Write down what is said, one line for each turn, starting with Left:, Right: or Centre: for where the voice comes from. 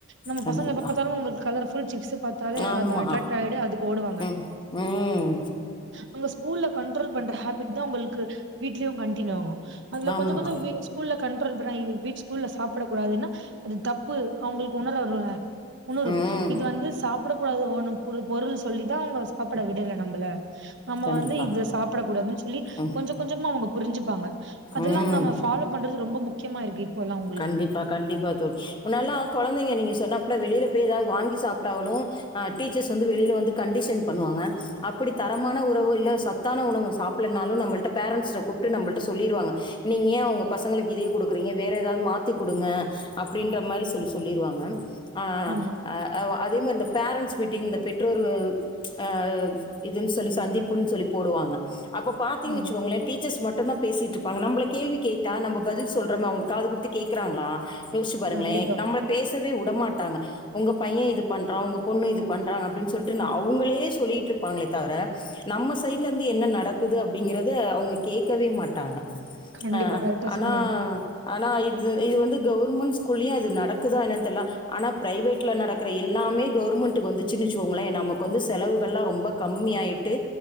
Right: நம்ம
Left: கண்டிப்பா
Right: பசங்களை பார்த்தாலும் உங்களுக்கு கலர் சிப்ஸ் பாத்தாலே
Left: ஆமா
Right: அது அட்ராக்ட் ஆயிடு அதுக்கு ஓடுவாங்க
Left: ம் ம்
Right: அங்க ஸ்கூல கண்ட்ரோல் பண்ற ஹேபிட் தா உங்களுக்கு வீடலேயு கண்டினியூ ஆகு அதுல
Left: ஆமா
Right: கொஞ்ச கொஞ்ச வி ஸ்கூல கண்ட்ரோல் பண்ண வீட் ஸ்கூல்ல சாப்பிட கூடாதுன்னா அது தப்பு அவங்களுக்கு உணரவருல உணரும்
Left: ம்
Right: இது வந்து சாப்பிட கூடாது ஒ பொருள் சொல்லிதா சாப்பிட விடல நம்மள நம்ம
Left: கண்டிப்பா
Right: வந்து இத சாப்ப படக்கூடான்னு சொல்லி
Left: ம்
Right: கொஞ்ச கொஞ்சமா அவங்க புரிஞ்சுப்பாங்க அதெல்லா
Left: ம்
Right: நம்ம ஃபாலோ பண்றது ரொம்ப முக் முக்கியமா இருக்கு இப்போல்லா உங்களுக்கு
Left: கண்டிப்பா கண்டிப்பா தோழி முன்னாடிலா குழந்தைங்க நீங்க சொன்னா வெளில போய் ஏதாவது வாங்கி சாப்பிட்டாங்கனு ஹ டீச்சர்ஸ் வந்து வெளில வந்து கண்டஷன் பண்ணுவாங்க அப்டி தரமான உறவு இல்ல சத்தான உணவு சாப்புட்லனாலு நம்மள்ட்ட பேரண்ட்ஸ்ட கூப்பிட்டு நம்மல்ட சொல்லிறுவாங்க நீங்க ஏன் உங்க பசங்களுக்கு இத குடுகுறீங்க வேற எதாவதும் மாத்தி குடுங்க அப்டின்ற மாரி சொல்லி சொல்லிருவாங்க ஆ
Right: ஆமா
Left: அ அவ் அதே ம் அந்த பேரண்ட்ஸ் மீட்டிங் இந்த பெற்றோர் ஹ இதுன்னு சொல்லி சந்திப்புன்னு சொல்லி போடுவாங்க அப்போ பாத்தீங்குவச்சுக்கோங்களே
Right: ஆமா
Left: டீச்சர்ஸ் மட்டு ட்டு தா பேசிட்டு இருப்பாங்க நம்ம கேள்வி கேட்டா நம்ம பதில் சொல்றோமே அவங்க காது கொடுத்து கேக்குறாங்களா யோச்சு பாருங்களே
Right: கண்டிப்பா
Left: நம்ம பேச வே வுடமாட்டாங்க உங்க பையன் இத பண்ற உங்க பொண்ணு இது பண்ற அப்டினு சொல்டு அவ்களே சொல்லிடுறுபாங்ளே தவர நம்ம சைடுல இருந்து என்ன நடக்குது அப்படிங்கரத அவங்க கேக்கவே மாட்டாங்க
Right: கண்டிப்பா
Left: அஹ்
Right: கரெக்டா
Left: ஆனா
Right: சொன்னீங்க
Left: ஆனா இது இது இது வந்து கவுவர்மெண்ட் ஸ்கூல்லயு அது நடக்குதா என்னன்னு தெரியல ஆனா பிரைவேட்ல நடக்கற எல்லாமே கவுர்மெண்ட்டுக்கு வந்துச்சுனு வச்சுக்கோங்களே நமக்கு வந்து செலவுகல்ல ரொம்ப கம்மி ஆயிட்டு